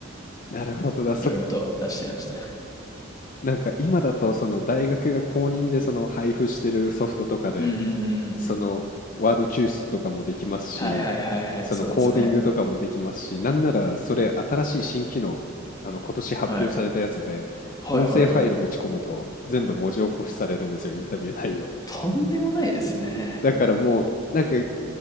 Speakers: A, on the left; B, on the left.
A: なるほどだ。
B: いろいろと出しちゃいました。
A: そなんか今だとその大学が公認でその配布してるソフトとかで、
B: うんうんうん。
A: そのワード抽出とかもできますし、
B: はいはいはいはい、
A: そのコーディングとかもできますし、
B: そうですね。
A: なんならそれ新しい新機能、あの今年発表されたやつで、
B: はい。はいはいはい。
A: 音声ファイルぶち込むと全部文字起こしされるんですよ、インタビュー内容。
B: とんでもないですね。
A: だからもう、なんか